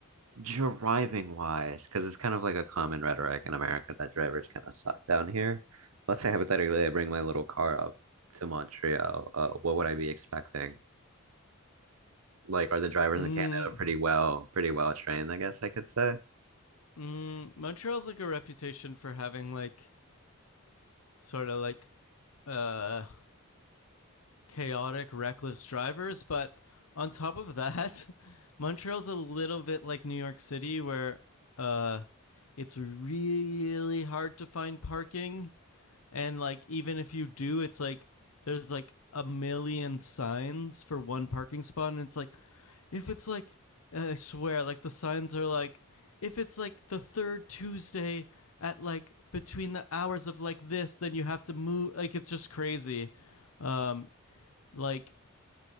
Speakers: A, on the right (about 80°); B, on the left (about 80°).
A: driving wise, because it's kind of like a common rhetoric in America that drivers kind of suck down here. Let's say hypothetically, I bring my little car up to Montreal. Uh, what would I be expecting? Like, are the drivers
B: Mm,
A: in Canada pretty well, pretty well trained? I guess I could say
B: mm, Montreal's like a reputation for having like sort of like uh chaotic, reckless drivers. But on top of that, <laughs> Montreal's a little bit like New York City, where uh, it's really hard to find parking. And like, even if you do, it's like there's like a million signs for one parking spot. And it's like, if it's like, I swear, like the signs are like, if it's like the third Tuesday at like between the hours of like this, then you have to move. Like, it's just crazy. Um, like,